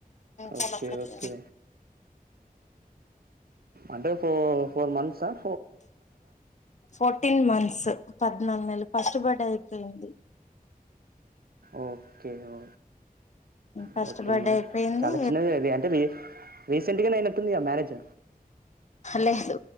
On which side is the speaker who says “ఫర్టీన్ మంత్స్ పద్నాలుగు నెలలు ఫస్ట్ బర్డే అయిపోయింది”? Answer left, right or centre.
Left